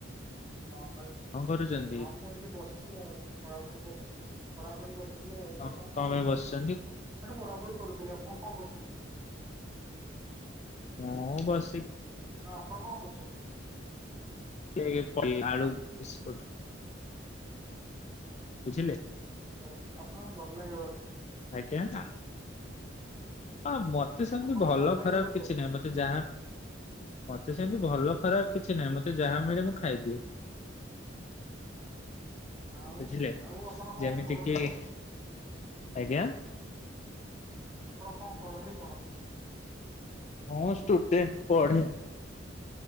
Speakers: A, on the right; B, on the left.
A: ହଁ ହଁ
B: କଣ କରୁଛନ୍ତି
A: ହଁ ମୁଁ ଏଇଠି ବସିଚି। ଆଉ ପଢାପଢି କର ପଢାପଢି କରୁଥିଲି। ଆଉ
B: ଆଁ
A: ଆପଣ କଣ କରୁଚନ୍ତି?
B: ପାଇଁ ବସିଛନ୍ତି?
A: ସେଠୁ ପଢାପଢି କରୁଥିଲି। ଆପଣ କଣ କରୁଚନ୍ତି?
B: ହଁ ବସ୍
A: ହଁ ଆପଣ କଣ କରୁଚନ୍ତି?
B: <unintelligible> ଆଳୁ ବିସ୍କୁଟ ବୁଝିଲେ?
A: ଓ ଆପଣଙ୍କୁ ଭଲ ଲାଗେ ବୋଧେ।
B: ଆଜ୍ଞା। ଆ ମତେ ତେ ସେମିତି
A: ଆପଣଙ୍କୁ
B: ଭଲ
A: ଲାଗେ
B: ଖରାପ
A: ବୋଧେ
B: କିଛି ନାହିଁ। ମତେ ଯାହା ମତେ ସେମିତି ଭଲ ଖରାପ କିଛି ନାହିଁ। ମତେ ଯାହା ମିଳେ ମୁଁ ଖାଇଦିଏ।
A: ଆଉ
B: ବୁଝିଲେ
A: ଆଉ ଆପଣ କଣ
B: ଯେମିତି
A: କରନ୍ତି
B: କିି?
A: କଣ
B: ଆଜ୍ଞା।
A: ଆପଣ କଣ କରନ୍ତି କଣ?
B: ହଁ ଷ୍ଟୁଡେଣ୍ଟ୍ ପଢ଼େ।